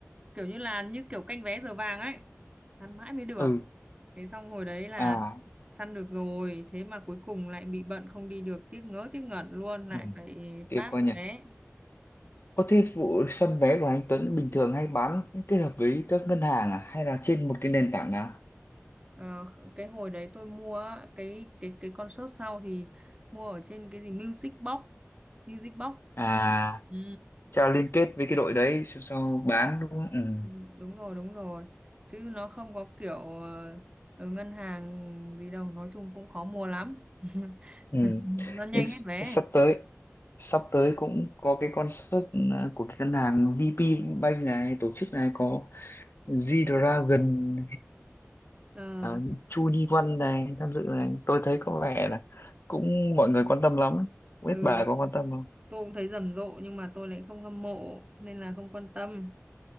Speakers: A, on the right (about 20°); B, on the left (about 50°).
A: kiểu như là như kiểu canh vé giờ vàng ấy săn mãi mới được
B: Ừ.
A: thế xong hồi đấy là
B: à
A: săn được rồi thế mà cuối cùng lại bị bận không đi được tiếc ngớ tiếc ngẩn luôn lại
B: ừ.
A: phải
B: tiếc
A: pass
B: quá nhỉ
A: vé
B: có thế vụ săn vé của anh Tuấn bình thường hay bán kết hợp với các ngân hàng à hay là trên một cái nền tảng nào
A: Ờ, cái hồi đấy tôi mua á, cái cái cái concert sau thì mua ở trên cái gì Music Box Music Box
B: à
A: Ừ.
B: cha liên kết với cái đội đấy xong sau bán đúng không ừ.
A: Ừ, đúng rồi đúng rồi chứ nó không có kiểu ờ, ở ngân hàng gì đâu nói chung cũng khó mua lắm <laughs>
B: Ừ.
A: nó nhanh
B: Nhưng
A: hết vé
B: sắp tới sắp tới cũng có cái concert ờ, của cái ngân hàng VP Bank này tổ chức này có G-Dragon
A: Ờ,
B: à, Chu Ni
A: ừ,
B: Văn này tham dự này tôi thấy có vẻ là cũng mọi người quan tâm lắm Không biết
A: ừ,
B: bà có quan tâm không
A: tôi cũng thấy rầm rộ nhưng mà tôi lại không hâm mộ nên là không quan tâm